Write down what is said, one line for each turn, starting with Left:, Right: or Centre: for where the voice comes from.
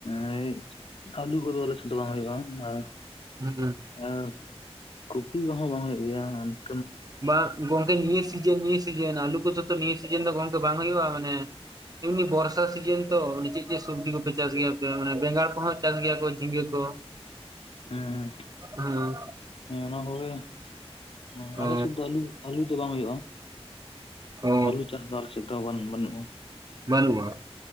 Left: ᱟᱹᱭ ᱟᱹᱞᱩ ᱠᱚᱫᱚ ᱟᱞᱮ ᱥᱮᱫ ᱫᱚ ᱵᱟᱝ ᱦᱩᱭᱩᱜᱼᱟ, ᱟᱨ
Right: <unintelligible>
Left: ᱟᱨ ᱠᱚᱯᱤ ᱠᱚᱦᱚᱸ ᱵᱟᱝ ᱦᱩᱭᱩᱜ ᱜᱮᱭᱟ ᱾
Right: ᱵᱟᱝ ᱜᱚᱝᱠᱮ ᱱᱤᱭᱟᱹ ᱥᱤᱡᱮᱱ ᱱᱤᱭᱟᱹ ᱥᱤᱡᱮᱱ ᱟᱞᱩ ᱠᱚᱫᱚ ᱛᱚ ᱱᱤᱭᱟᱹ ᱥᱤᱡᱮᱱ ᱫᱚ ᱜᱚᱝᱠᱮ ᱵᱟᱝ ᱦᱩᱭᱩᱜᱼᱟ ᱢᱟᱱᱮ ᱮᱢᱱᱤ ᱵᱚᱨᱥᱟ ᱥᱤᱡᱤᱱ ᱛᱚ ᱢᱟᱱᱮ ᱪᱮᱫ ᱪᱮᱫ ᱥᱚᱵᱽᱡᱤ ᱠᱚᱯᱮ ᱪᱟᱥ ᱜᱮᱭᱟᱯᱮ ᱢᱟᱱᱮ ᱵᱮᱸᱜᱟᱲ ᱠᱚᱦᱚᱸ ᱪᱟᱥ ᱜᱮᱭᱟ ᱠᱚ ᱡᱷᱤᱸᱜᱟᱹ ᱠᱚ,
Left: ᱦᱮᱸ
Right: ᱦᱩᱸ
Left: ᱦᱮᱸ ᱚᱱᱟ ᱠᱚᱜᱮ ᱾ ᱦᱮᱸ ᱟᱞᱮᱥᱮᱫ
Right: ᱚ
Left: ᱫᱚ ᱟᱞᱩ, ᱟᱞᱩ ᱫᱚ ᱵᱟᱝ ᱦᱩᱭᱩᱜᱼᱟ
Right: ᱚ
Left: ᱟᱹᱞᱩ ᱪᱟᱥ ᱫᱚ ᱥᱮᱫ ᱫᱚ ᱵᱟᱱ ᱵᱟᱹᱱᱩᱜᱼᱟ ᱾
Right: ᱵᱟᱹᱱᱩᱜᱼᱟ ᱾